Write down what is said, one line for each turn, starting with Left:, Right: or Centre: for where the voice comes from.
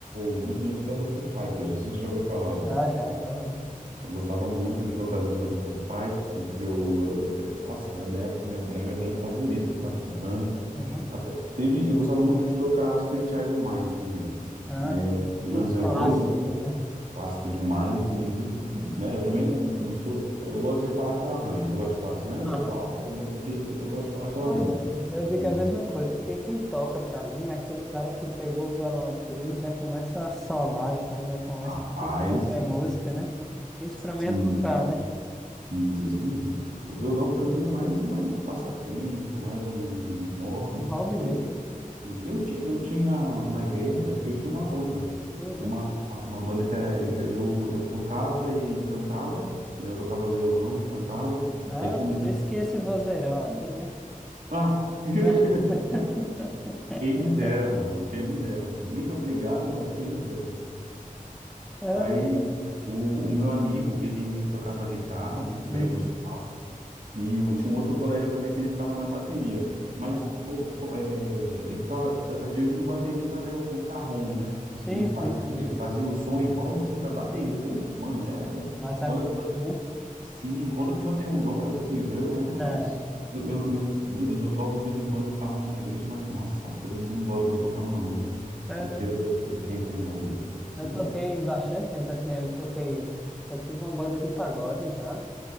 Right: muito música do Foo Fighters, não sei se você já ouviu falar já.
Centre: Já, já, já ouvi.
Right: Eu gostava muito de tocar as músicas do Foo Fighters, porque eu, eu- eu- eh, nossa, era minha época, minha, era minha banda favorita que eu ficava escutando.
Centre: Uhum.
Right: A- Teve, eu gostava muito de tocar Sweet Child O' Mine também,
Centre: Ah,
Right: né?
Centre: tá.
Right: Do
Centre: um
Right: Guns
Centre: clássico,
Right: N' Roses,
Centre: né?
Right: clássico demais, e tipo, né, eu também não, não sou, eu, eu gosto de falar que eu arranho, eu não gosto de falar assim, não,
Centre: Aham.
Right: eu toco, sou bom, não sei o quê, eu gosto de falar que eu
Centre: Pois
Right: arranho,
Centre: é, eu digo
Right: né?
Centre: a mesma coisa, porque quem toca pra mim é aquele cara que pegou o violão aqui e já começa a solar e tal, já começa
Right: Rapaz,
Centre: a tirar qualquer música, né? Isso pra mim
Right: sim,
Centre: é tocar, né?
Right: isso isso mesmo. O violão para mim é mais, mais passatempo, mais um um hobby.
Centre: Um hobby mesmo.
Right: Sim, eu tinha, eu tinha na igreja, eu tinha uma banda.
Centre: Uhum.
Right: Tinha uma, uma, uma banda que era. Eu, eu, eu tocava e cantava, né? Eu tocava violão e cantava.
Centre: Ah,
Right: Aí tinha um
Centre: por
Right: menino.
Centre: isso que esse vozeirão aí, né?
Right: Ah! <laughs>
Centre: <laughs>
Right: Quem me dera, mano, quem me dera. Muito obrigado, mas quem me dera.
Centre: É.
Right: Aí o, o meu amigo, ele tocava guitarra muito
Centre: Uhum.
Right: bem, por, si. E eu tinha um outro colega também que ele ficava na bateria. Mas
Centre: Ah,
Right: com- com- eh, ele ficava, eh, eu digo bateria, mas era o, o carrom, né?
Centre: Sim,
Right: Que ele fazia,
Centre: sim, sim.
Right: ele fazia o som igualzinho da bateria. Como, mano, é.
Centre: Mais
Right: Quando
Centre: acústico,
Right: a pessoa-
Centre: né?
Right: sim, quando a pessoa tem um dom, é outro nível. Eu mesmo.
Centre: É,
Right: Eu, eu- eu- meu Deus, eu toco de vez em quando o carrom na igreja, mas nossa, eu não gosto de eu tocando, não, viu?
Centre: eu,
Right: Prefiro
Centre: eu
Right: quem tem dom mesmo. <laughs>
Centre: eu toquei bastante tempo, assim, eu toquei, eu tive uma banda de pagode já,